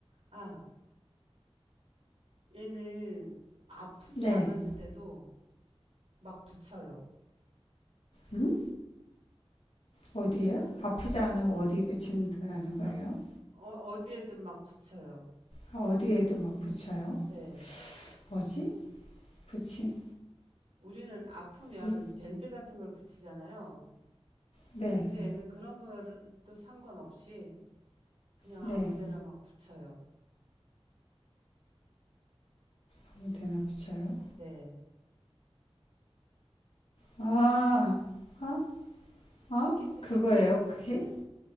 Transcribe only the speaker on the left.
네.
음? 어디에요? 아프지 않아 어디 붙인다는
거예요?
아, 어디에도 막 붙여요?
뭐지? 붙인.
부...
네.
네.
아무 데나 붙여요.
아. 아? 아?
그거예요,
혹시?